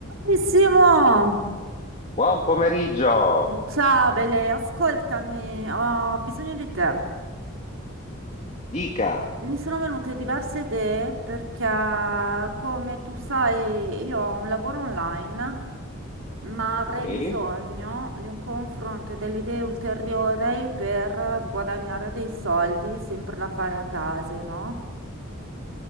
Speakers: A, on the right (about 70°); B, on the left (about 35°).
A: Bravissimo!
B: Buon pomeriggio!
A: Ciao Bele, ascoltami, ho bisogno di te.
B: Dica.
A: Mi sono venute diverse idee perché, come tu sai, io ho un lavoro online, ma avrei
B: Sì?
A: bisogno di un confronto e delle idee ulteriori per guadagnare dei soldi, sempre da fare a casa, no?